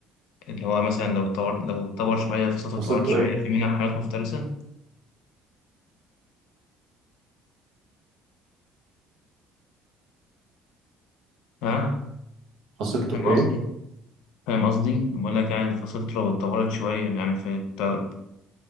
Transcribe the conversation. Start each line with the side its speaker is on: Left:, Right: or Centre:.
Left: اللي هو مثلا لو اتطور لو اتطور شوية فصلته
Right: فصيلته
Left: اتطورت شوية
Right: إيه؟
Left: في منها حيوانات مفترسة ها
Right: فصيلته
Left: فاهم
Right: إيه؟
Left: قصدي؟ فاهم قصدي؟ بقول لك يعني فصلته لو اتطورت شوية يعني في الت-